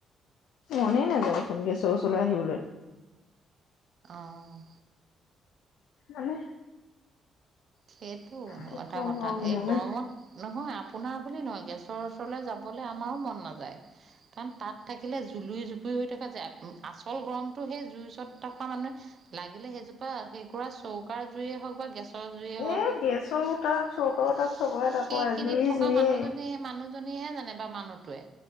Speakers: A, on the left (about 85°); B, on the right (about 55°).
A: মনে নেযায় দেখোন গেছৰ ওচৰলৈ আহিবলৈ।
B: অ'।
A: মানে
B: সেইটো
A: কি
B: এটা
A: কম
B: কথা
A: আৰু
B: এই
A: মানে
B: গৰমত নহয় আপোনাৰ বুলি নহয়, গেছৰ ওচৰলে যাবলে আমাৰো মন নাযায়। কাৰণ তাত থাকিলে জুলুই জুপুৰি হৈ থাকা যায়। আচল গৰমটো সেই জুইৰ ওচৰত থকা মানুহে লাগিলে সেইজোপা সেইকুৰা চৌকাৰ জুইয়ে হওক বা গেছৰ জুইয়ে হওক,
A: এ গেছৰ
B: সে-
A: তাপ চৌকাও তাপ
B: সেইখিনত
A: চবৰে তাপ অ, জুই
B: থকা
A: জুইয়ে
B: মানুহজনে এ মানু জনীয়েহে জানে বা মানুহটোৱে